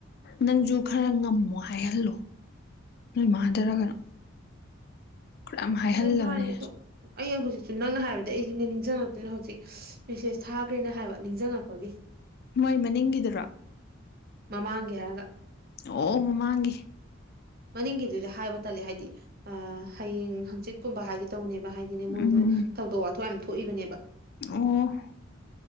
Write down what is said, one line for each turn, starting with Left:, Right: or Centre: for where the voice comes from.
Left: ꯅꯪꯁꯨ ꯈꯔ ꯉꯝꯃꯣ ꯍꯥꯏꯍꯜꯂꯣ ꯅꯣꯏ ꯃꯥꯗꯔꯥ ꯀꯩꯅꯣ ꯈꯔ ꯌꯥꯝ ꯍꯥꯏꯍꯜꯂꯒꯅꯦ
Right: ꯑꯗꯨꯝ ꯍꯥꯏꯅꯦ ꯑꯗꯣ ꯑꯩ ꯍꯧꯖꯤꯛꯁꯨ ꯅꯪꯅ ꯍꯥꯏꯕꯗꯩ ꯑꯩꯁꯨꯅꯦ ꯅꯤꯡꯁꯤꯡꯉꯛꯇꯅ ꯍꯧꯖꯤꯛ ꯃꯤꯁꯦꯁ ꯊꯥꯈ꯭ꯔꯤꯅꯦ ꯍꯥꯏꯕ ꯅꯤꯡꯁꯤꯡꯉꯛꯄꯒꯤ
Left: ꯃꯣꯏ ꯃꯅꯤꯡꯒꯤꯗꯨꯔꯣ
Right: ꯃꯃꯥꯡꯒꯤ ꯍꯥꯏꯔꯒ
Left: ꯑꯣ ꯃꯃꯥꯡꯒꯤ
Right: ꯃꯅꯤꯡꯒꯤꯗꯨꯗꯤ ꯍꯥꯏꯕ ꯇꯜꯂꯤ ꯍꯥꯏꯗꯤ ꯑ ꯍꯌꯦꯡ ꯍꯪꯆꯤꯠꯀꯨꯝꯕ ꯍꯥꯏꯒꯦ ꯇꯧꯅꯦꯕ ꯍꯥꯏꯗꯤ ꯑꯗꯨꯅꯦ ꯃꯣꯏꯗꯣ
Left: ꯎꯝ
Right: ꯊꯧꯗꯣꯛ ꯋꯥꯊꯣꯛ ꯌꯥꯝ ꯊꯣꯛꯏꯕꯅꯦꯕ
Left: ꯑꯣ